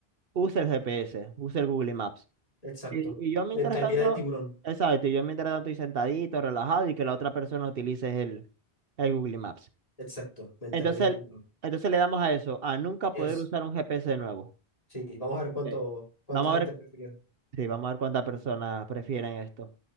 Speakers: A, on the right; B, on the left.
A: Usa el GPS, usa el Google Maps.
B: Exacto.
A: Y, y yo mientras
B: Mentalidad
A: tanto,
B: de tiburón.
A: exacto, y yo mientras tanto estoy sentadito, relajado y que la otra persona utilice el, el Google Maps.
B: Exacto, mentalidad
A: Entonces,
B: de tiburón.
A: entonces le damos a eso, a nunca
B: Yes.
A: poder usar un GPS de nuevo.
B: Sí, vamos a ver cuánto,
A: Ok.
B: cuánta
A: Vamos
B: gente
A: a ver,
B: prefirió.
A: sí, vamos a ver cuántas personas prefieren esto.